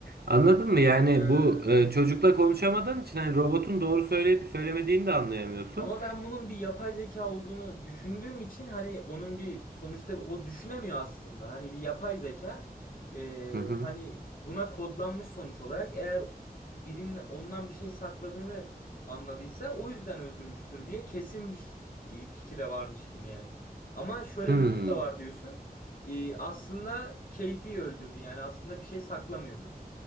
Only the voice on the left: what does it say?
Ha.
Ama ben bunun bir yapay zeka olduğunu düşündüğüm için hani onun bir sonuçta o düşünemiyor aslında. Hani bir yapay zeka e,
hani buna kodlanmış sonuç olarak eğer birinin ondan bir şey sakladığını anladıysa o yüzden öldürmüştür diye kesin bir e, fikire varmıştım yani. Ama şöyle
bir durum da var diyorsun. E, aslında keyfi öldürdü yani aslında bir şey saklamıyordu.